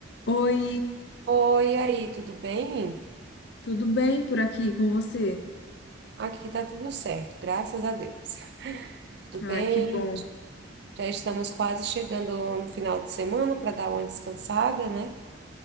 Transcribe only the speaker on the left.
Oi,
tudo bem por aqui com você?
Ai,
que bom.